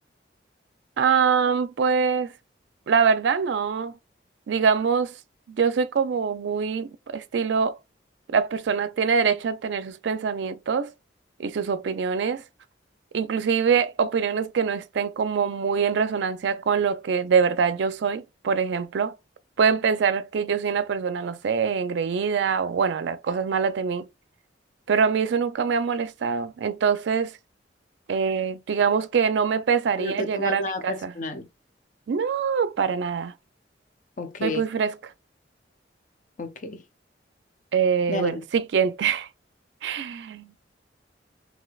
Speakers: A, on the right (about 70°); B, on the left (about 45°).
A: Ah, pues la verdad no. Digamos, yo soy como muy estilo, la persona tiene derecho a tener sus pensamientos y sus opiniones, inclusive opiniones que no estén como muy en resonancia con lo que de verdad yo soy, por ejemplo. Pueden pensar que yo soy una persona, no sé, engreída o bueno, las cosas malas de mí, pero a mí eso nunca me ha molestado. Entonces, eh, digamos que no me pesaría
B: No te
A: llegar
B: tomas
A: a
B: nada
A: mi casa.
B: personal.
A: No, para nada.
B: Ok,
A: Soy muy fresca.
B: ok.
A: Eh,
B: Dale.
A: bueno, siguiente. <laughs>